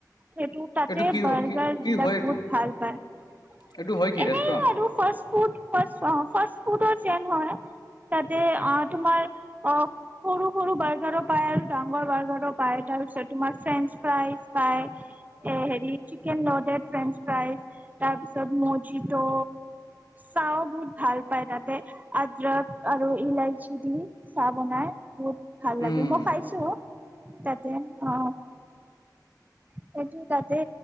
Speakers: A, on the right; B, on the left.
A: সেইটো তাতে
B: এইটো কি
A: বাৰ্গাৰ
B: হ কি কি
A: বিলাক
B: হয় এইটো
A: বহুত ভাল পায়
B: এইটো হয় কি
A: এনে
B: ৰেষ্টুৰেণ্ট
A: আৰু ফাষ্ট ফুড অ ফাষ্ট ফুডত কিটচেন হয় তাতে অ তোমাৰ অ সৰু সৰু বাৰ্গাৰো পায় আৰু ডাঙৰ বাৰ্গাৰো পায় তাৰপিছত তোমাৰ ফ্ৰেঞ্চ ফ্ৰাইজ পায় এ হেৰি চিকেন লডেড ফ্ৰেঞ্চ ফ্ৰাইজ তাৰ পিছত মজিটো চাহ বহুত ভাল পায় তাতে আদ্ৰত আৰু ইলাইচি দি চাহ বনাই বহুত ভাল
B: উম
A: লাগে মই খাইছো তাতে অ সেইটো তাতে